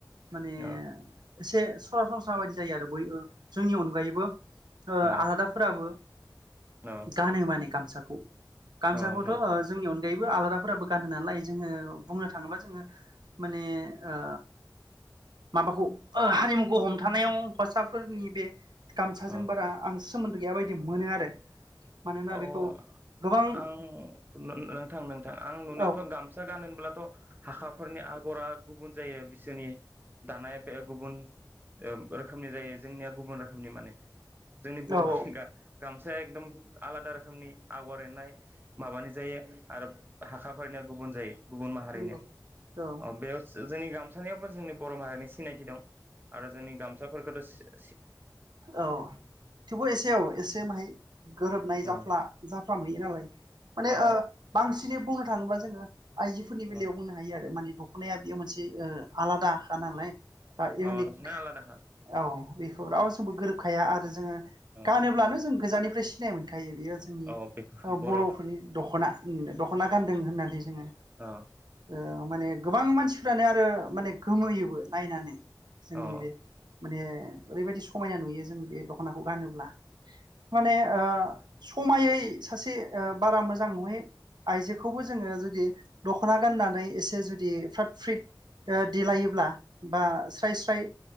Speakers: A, on the right; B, on the right.
A: माने
B: अ
A: एसे सरासनस्रा बायदि। जायो आरो बयबो। जोंनि अनगायैबो। ओ
B: अ
A: आलादाफोराबो।
B: अ
A: गानो माने गामसाखौ गामसाखौथ'
B: अ नंगौ
A: ओ जोंनिया <unintelligible> आलादाफोराबो गानो नालाय जोङो बुंनो थाङोबा जोङो। माने ओ। माबाखौ ओ हारिमु खो हमथानायाव हौवासाफोरनि बे। गामसाजों
B: अ
A: बारा आं सोमोन्दो गैय बायदि मोनो आरो। मानोना
B: औ
A: बेखौ गोबां
B: आं नो-नोंथां नोंथां आं नुनायाथ'
A: औ
B: गामसा गानो होनब्लाथ' हाखाफोरनि आगरा। गुबुन जायो बिसोरनि दानाया बे गुबुन उम रोखोमनि जायो जोंनिया गुबुन रोखोमनि माने। जोंनि
A: औ
B: बर'नि
A: औ
B: गा गामसाया एकदम। आलादा रोखोमनि आगर एरनाय माबानि। जायो आरो हाखा फैनाया गुबुन जायो। गुबुन माहारिनि
A: नंगौ औ
B: अ बेयावसो। जोंनि गामसानियावबो जोंनि बर' माहारिनि सिनायथि दं। आरो जोंनि गामसाफोरखौथ' सि
A: औ थेवबो एसे औ एसे माहाय। गोरोबनाय जाफ्ला
B: औ
A: जाफ्रामहैयो नालाय माने
B: औ
A: ओ बांसिनै। फुंआव थांनोबा जोङो। आइजोफोरनि बेलायाव
B: औ
A: बुंनो हायो आरो माने द ख'नाया बेयो मोनसे आलादा। खा नालाइ आ इउनिक
B: अ दख'ना आलादाखा
A: औ। बेखौ रावजोंबो गोरोबखाया आरो जोङो।
B: औ
A: गानोब्लानो जों गोजाननिफ्राय <unintelligible> आयो बेयो जोंनि
B: औ बेखौ
A: अ
B: बर'
A: बर'फोरनि
B: औ
A: दख'ना-दख'ना गानदों होननाथाय जोङो
B: औ
A: ओ माने गोबां मानसिफ्रानो आरो माने गोमोयोबो नायनानै। जोंनि
B: औ
A: बेे माने ओरैबायदि समायना नुयो जों बे दख'नाखौ गानोब्ला। माने ओ समायै सासे ओ बारा मोजां नङै आइजोखौबो जोङो जुदि दख'ना गाननानै एसे जुद दि फ्राद फ्रिट के देलायोब्ला बा स्राय स्राय